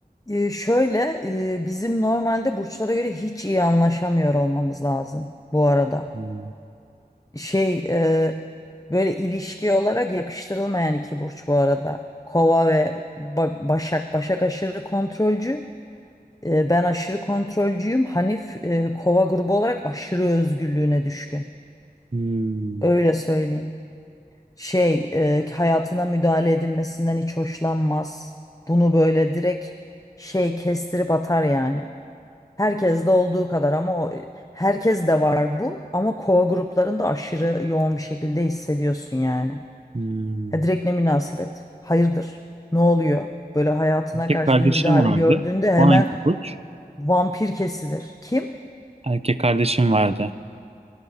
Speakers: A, on the left (about 20°); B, on the right (about 40°).
A: e, şöyle e, bizim normalde burçlara göre hiç iyi anlaşamıyor olmamız lazım bu arada.
B: Hmm.
A: Şey e, böyle ilişki olarak yakıştırılmayan iki burç bu arada. Kova ve Ba- Başak. Başak aşırı kontrolcü. E, ben aşırı kontrolcüyüm. Hanif e, kova grubu olarak aşırı özgürlüğüne düşkün.
B: Hmm.
A: Öyle söyleyeyim. Şey, e, hayatına müdahale edilmesinden hiç hoşlanmaz. Bunu böyle direkt şey kestirip atar yani. Herkes de olduğu kadar ama o, herkes de var bu ama kova gruplarında aşırı yoğun bir şekilde hissediyorsun yani.
B: Hmm.
A: Ya direkt ne münasebet? Hayırdır? Ne oluyor? Böyle hayatına
B: Erkek
A: karşı
B: kardeşim
A: bir müdahale
B: vardı.
A: gördüğünde hemen
B: O hangi burç?
A: vampir kesilir. Kim?
B: Erkek kardeşim vardı.